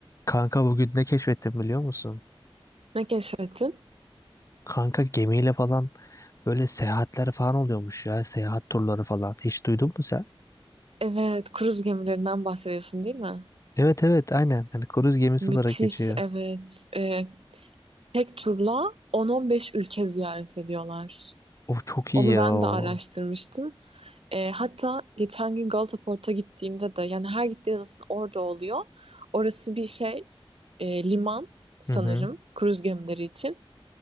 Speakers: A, on the left; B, on the right.
A: Kanka bugün ne keşfettim biliyor musun?
B: Ne keşfettin?
A: Kanka gemiyle falan böyle seyahatler falan oluyormuş ya. Seyahat turları falan. Hiç duydun mu sen?
B: Evet, kruz gemilerinden bahsediyorsun değil mi?
A: Evet evet aynen. Hani kruz gemisi
B: Müthiş,
A: olarak geçiyor.
B: evet. Ee, tek turla 10-15 ülke ziyaret ediyorlar.
A: O çok
B: Onu
A: iyi ya
B: ben
A: o.
B: de araştırmıştım. Ee, hatta geçen gün Galata Port'a gittiğimde de yani her gittiğimde zaten orada oluyor. Orası bir şey, e, liman sanırım
A: Hı hı.
B: kruz gemileri için.